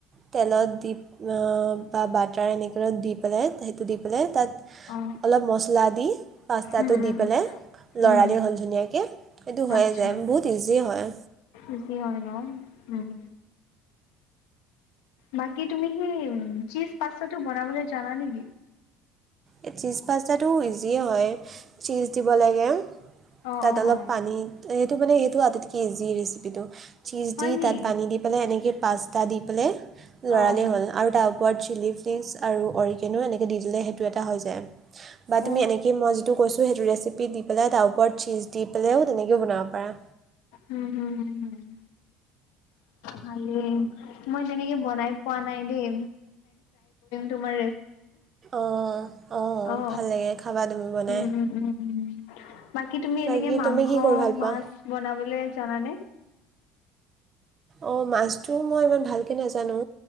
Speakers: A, on the right; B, on the left.
A: তেলত দি বা বাট টা নিকলো দিপলে স দি পেলাই তাত
B: অ উম
A: অলপ মছলা দি পাস্তাটো
B: উম
A: দি পেলাই
B: উম।
A: লৰালই
B: উম উম
A: হ'ল ধুনীয়াকৈ সেইটো হৈয়ে
B: আচ্ছা
A: যায় বহুত ইজি হয়
B: ইজি হয় ন উম বাকী তুমি সি উ চীজ পাাস্তাটো বনাবলৈ জানা নেকি
A: এই চিজ পাস্তাটো ইজিয়ে হয় চিজ দিব লাগে
B: অ
A: তাত
B: অ
A: অলপ
B: অ
A: পানী সেইটো মানে সেইটো আটাইতকৈ ইজি ৰেচিপিটো চীজ
B: হয়
A: দি
B: নি
A: তাত পানী দি পেলাই এনেকৈ পাস্তা দি পেলাই লৰালি
B: অ।
A: হ'ল আৰু তাৰ ওপৰত চিলি ফ্লিক্ছ আৰু অৰিকেনো এনেকে দি দিলে সটো এটা হৈ যায় বা
B: অ
A: তুমি এনেকেই মই যিটো কৈছোঁ সেইটো ৰেচিপি দি পেলাই তাৰ ওপৰত চীজ দি পেলাইও তেনেকৈ বনাব পাৰা
B: উম হম হম হম ভালেই মই তেনেকে বনাই পোৱা নাই দেই তমাৰ
A: অঁ অঁ
B: অ অ
A: ভাল লাগে খাবা তুমি বনাই
B: উম উম উম উম বাকী তুমি
A: বাকী
B: এনেকে মাংস
A: তুমি কি কৰি ভাল
B: মাছ
A: পোৱা
B: বনাবলৈ জানানে
A: অ মাছটো মই ইমান ভালকে নাজানো